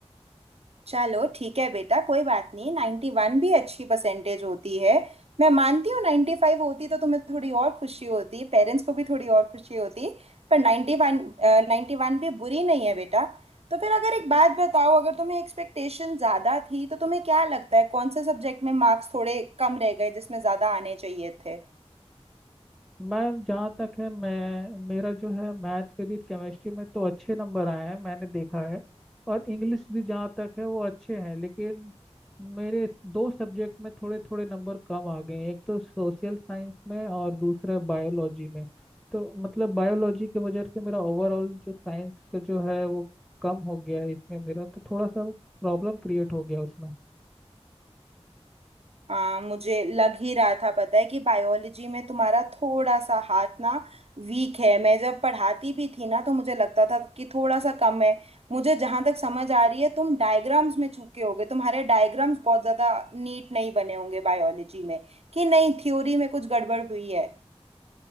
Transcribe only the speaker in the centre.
मैम जहाँ तक है मैं मेरा जो है मैथ फिजिक्स केमिस्ट्री में तो अच्छे नंबर आए हैं मैंने देखा है और इंग्लिश भी जहाँ तक है वो अच्छे हैं लेकिन मेरे दो सब्जेक्ट में थोड़े थोड़े नंबर कम आ गए हैं एक तो सोशल साइंस में और दूसरा बायोलॉजी में तो मतलब बायोलॉजी की वजह से मेरा ओवरऑल जो साइंस का जो है वो कम हो गया है इसमें मेरा तो थोड़ा सा प्रॉब्लम क्रिएट हो गया उसमें